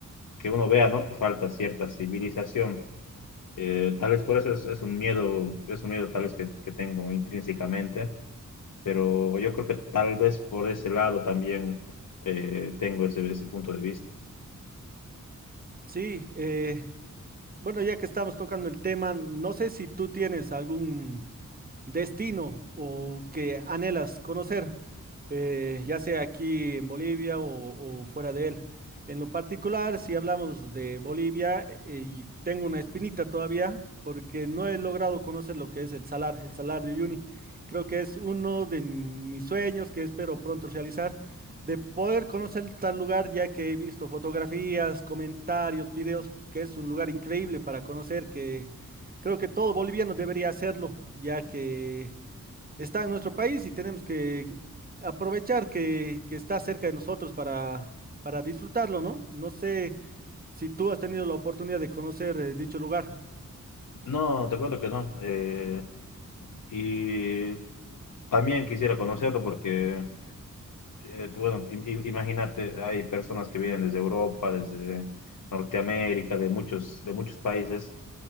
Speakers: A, on the left (about 70°); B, on the right (about 30°).
A: que uno vea, ¿no? Que falta cierta civilización. Eh, tal vez por eso es, es un miedo, es un miedo tal vez que, que tengo intrínsecamente pero yo creo que tal vez por ese lado también eh, tengo ese, ese punto de vista.
B: Sí, eh, bueno, ya que estamos tocando el tema, no sé si tú tienes algún destino o que anhelas conocer, eh, ya sea aquí en Bolivia o, o fuera de él. En lo particular, si hablamos de Bolivia, eh, y tengo una espinita todavía porque no he logrado conocer lo que es el Salar, el Salar de Uyuni. Creo que es uno de mis sueños que espero pronto realizar, de poder conocer tal lugar, ya que he visto fotografías, comentarios, videos, que es un lugar increíble para conocer, que Creo que todo boliviano debería hacerlo, ya que está en nuestro país y tenemos que aprovechar que, que está cerca de nosotros para, para disfrutarlo, ¿no? No sé si tú has tenido la oportunidad de conocer eh, dicho lugar.
A: No, te cuento que no. eh, y también quisiera conocerlo porque, eh, bueno, im- im- imagínate, hay personas que vienen desde Europa, desde Norteamérica, de muchos, de muchos países,